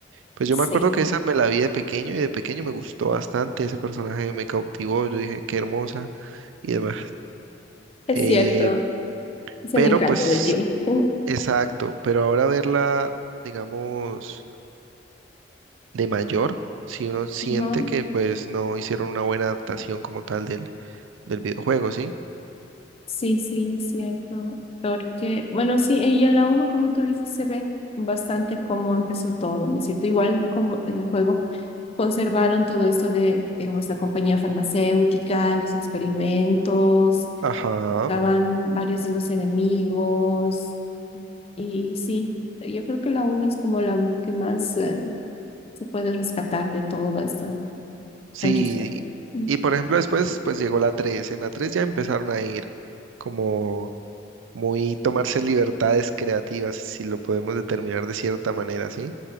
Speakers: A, on the right (about 90°); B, on the left (about 30°).
A: Pues yo
B: Sí,
A: me acuerdo que esa me la vi de pequeño y de pequeño me gustó bastante. Ese personaje me cautivó. Yo dije, qué hermosa y demás. <laughs>
B: es
A: Eh,
B: cierto. Es
A: pero
B: el encanto
A: pues,
B: de Jill. <laughs> Ujú.
A: exacto. Pero ahora verla, digamos, de mayor, si uno siente
B: Ajá.
A: que pues no hicieron una buena adaptación como tal del, del videojuego, ¿sí?
B: Sí, sí, es cierto. Porque, bueno, sí, y en la uno como tú dices, se ve bastante cómo empezó todo, ¿no es cierto? Igual como en el juego. conservaron todo esto de, digamos, la compañía farmacéutica, los experimentos,
A: Ajá.
B: estaban varios de los enemigos. Y sí, yo creo que la una es como la que más eh, se puede rescatar de toda esta
A: Sí.
B: franquicia. Mm,
A: Y por ejemplo, después pues llegó la 3. En la 3 ya empezaron a ir como muy tomarse libertades creativas, si lo podemos determinar de cierta manera, ¿sí?